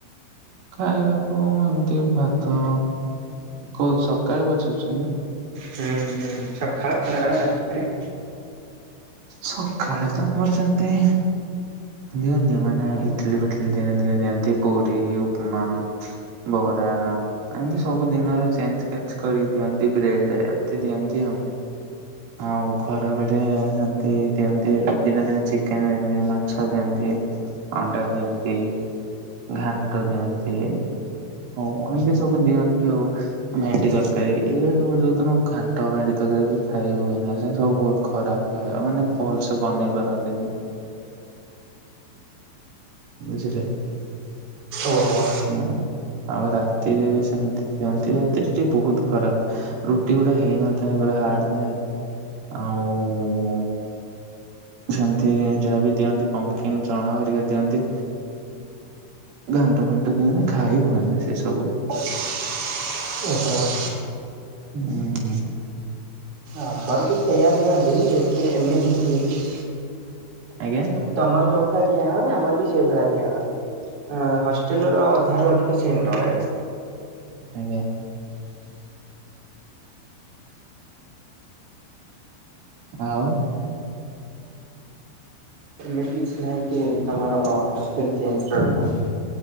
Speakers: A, on the right (about 75°); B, on the right (about 35°).
A: ଖାଇବାକୁ ଏମିତି ଭାତ କହୁ ସକାଳେ ପଚାରୁଚି
B: ହୁଁ ହୁଁ ସକାଳ ଖରାବେଳେ ରାତିରେ।
A: ସଖାଳେ ତ ମୋର ସେମିତି ଦିଅନ୍ତି ମାନେ ଇଟଲି ଫିଟଲି ଦିନେ ଦିନେ ଦିଅନ୍ତି ପୁରୀ ଉପମା। ବରା। ଏମିତି ସବୁ ଦିନର ଚେଞ୍ଚ କେଚ କରିକି ଦିଅନ୍ତି ବ୍ରେଡ ଏମିତି ଦିଅନ୍ତି ଆଉ। ଆଉ ଖରାବେଳେ ସେନ୍ତି ଦିଅନ୍ତି ଦିନେ ଦିନେ ଚିକେନ ଦିଅନ୍ତି ମାଛ ଦିଅନ୍ତି। ଅଣ୍ଡା ଦିଅନ୍ତି ଘାଣ୍ଟ ଦିଅନ୍ତି। ହଉ ଏମିତି ସବୁ ଦିଅନ୍ତି ଆଉ। ଭେଣ୍ଡି ତରକାରୀ ଏଇରା ସବୁ ଯୋଉଦିନ ଘାଣ୍ଟ ଭେଣ୍ଡି ତରକାରୀ ସବୁ ଖାଇ ହୁଏ ନା। ଏନ୍ତି ସବୁ ବହୁତ ଖରାପ ଖାଇବା ମାନେ ଭଲସେ ବନେଇ ପାରନ୍ତିନି। ବୁଝିଲେ।
B: ଓହୋ।
A: ହଁ, ଆଉ ରାତିରେ ବି ସେମିତି ଦିଅନ୍ତି ରାତିରେ ଟିକେ ବହୁତ ଖରାପ। ରୁଟି ଗୋଟେ ହେଇନଥାଏ ଗୋଟେ ହାର୍ଡ ଥାଏ ଆଉ ସେମିତି ଯାହାବି ଦିଅନ୍ତି ପମ୍ପକିନ୍ ଚଣା ହରିକା ଦିଅନ୍ତି। ଘାଣ୍ଟ ଫାଣ୍ଟ ଦିଅନି ଖାଇାଇ ହୁଏନି ସେ ସବୁ।
B: ଉଁ ହୁଁ।
A: ହୁଁ ହୁଁ।
B: ଆମରିକ ସେଇଆ ଦିଅନ୍ତି ଏଠି ଏମିତିକି
A: ଆଜ୍ଞା।
B: ତମର ଯୋଉ ଭଳିଆ ଦିଆ ହଏ ଆମର ବି ସେଇ ଭଳିଆ ଦିଆ ହଏ ହଷ୍ଟେଲ ର ଅଧାର ଅଧିକ ସେ ସେମେ ରହେ।
A: ଆଜ୍ଞା ଆଉ।
B: ଏମିତି କିଛି ନାହିଁକି ତମର ହ ହଷ୍ଟେଲ ଚେଞ୍ଜ ରହିବ।